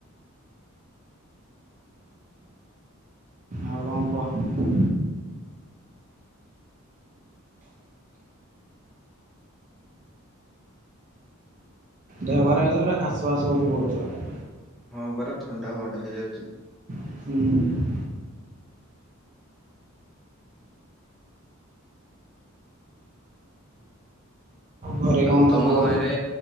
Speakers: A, on the right (about 35°); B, in the centre.
A: ଆଉ କଣ କୁହ। ଦେହ ଖରାପ ଯେ ପୁରା ଖାସ ଫାସ ହଉଚି ବହୁତ ଜୋରେ।
B: ହଁ ପରା ଥଣ୍ଡା ଫଣ୍ଡା ହେଇଯାଉଚି।
A: ହୁଁ। ଘରେ କଣ
B: ଆଉ
A: ସବୁ
B: ତମ
A: ଘରେ
B: ଗାଁ ରେ